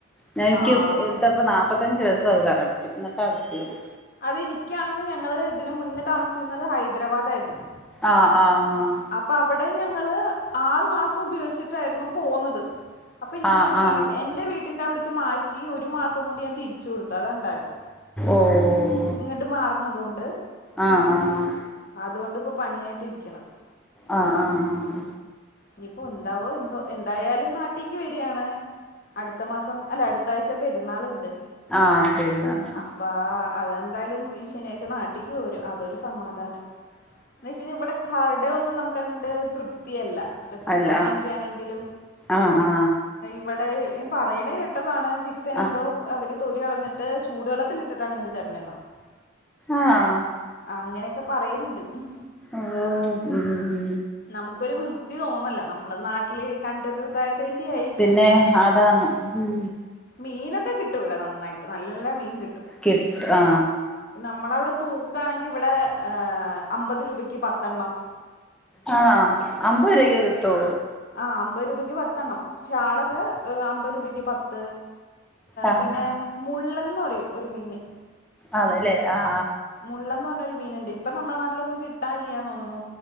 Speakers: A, in the centre; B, on the left.
A: ഞ എനിക്ക്
B: ആഹ്
A: ത്തപ്പോ നാൽപ്പത്തഞ്ച് ദിവസായി കറക്റ്റ് എന്നിട്ടാ കിട്ടിയത്
B: അത് ഇനിക്കാണെന്ന് ഞങ്ങള് ഇതിനു മുന്നേ താമസിച്ചെന്നത് ഹൈദരാബാദയിരുന്നു
A: ആഹ് ആഹ്
B: അപ്പവിടെ ഞങ്ങള് ആറു മാസം ഉപയോഗിച്ചിട്ടായിരുന്നു പോന്നത് അപ്പനിക്ക്
A: ആ
B: വീ
A: ആ
B: എൻ്റെ വീട്ടിൻ്റെ അവിടക്ക് മാറ്റി ഒരു മാസം കൊണ്ട് ഞാൻ തിരിച്ചു കൊടുത്തു അതാ ണ്ടായത്
A: ഓഹ്
B: ങ്ങട്ട് മാറണതുകൊണ്ട്
A: ആഹ് ആഹ്
B: അതുകൊണ്ടിപ്പോ പണിയായിട്ട് ഇരിക്കണത്
A: ആഹ് ആഹ്
B: ഇഞ്ഞിപ്പോ എന്താവോ എന്തോ എന്തായാലും നാട്ടീക്ക് വരിയാണ് അടുത്ത മാസം അല്ല അടുത്താഴ്ച പെരുന്നാള്ണ്ട്
A: ആഹ് പെരുന്നാള് ആഹ്
B: അപ്പ അതെന്തായാലും ഈ ശനിയാഴ്ച നാട്ടിക്ക് പോരും അതൊരു സമാധാനം ന്ന് വെച്ചയിഞ്ഞാൽ ഇവിടെ കട ഒന്നും നമുക്ക്ങ്ങട് തൃപ്തിയല്ല ഇപ്പൊ ചിക്കൻ
A: അല്ല
B: വാങ്ങിയ്ക്കാണെങ്കിലും.
A: ആ ആ
B: ഇവിടെ പറയണ കേട്ടതാണ് ചിക്കനെന്തോ
A: ആ
B: അവര് തൊലി കളഞ്ഞിട്ട് ചൂടുവെള്ളത്തിലിട്ടിട്ടെങ്ങാണ്ട് തരണെന്നാണ് <inaudible>
A: ആഹ്.
B: അങ്ങനെക്കെ പറയിണിണ്ട് ഉം
A: ഓഹ് ഉം
B: നമുക്കൊരു വൃത്തി തോന്നില്ല നമ്മള് നാട്ടില് കണ്ടരുതായ വേ ണ്ടി ആയിരിക്കാം
A: പിന്നെ അതാന്ന് ഉം
B: മീനൊക്കെ കിട്ടും ഇവി ടെ നന്നായിട്ട് നല്ല മീൻ കിട്ടും
A: കിട്ട്ആ
B: നമ്മളവിടെ തൂക്കണെങ്കിൽ ഇവിടെ അമ്പത് രൂപയ്ക്ക് പത്തെണ്ണം
A: ആ അമ്പത് രൂപയ്ക്കു കിട്ടോ
B: ആ അമ്പത് രൂപയ്ക്ക് പത്തെ ണ്ണം ചാളക അമ്പത് രൂപയ്ക്ക് പത്ത്
A: ആ
B: പിന്നെ മുള്ളൻ ന്ന് പറയും ഒരു മീന്
A: അതെല്ലേ ആആ
B: മു ള്ളന്ന് പറഞ്ഞൊരു മീനണ്ട് ഇപ്പ നമ്മടെ നട്ടിലൊന്നുകി ട്ടില്ല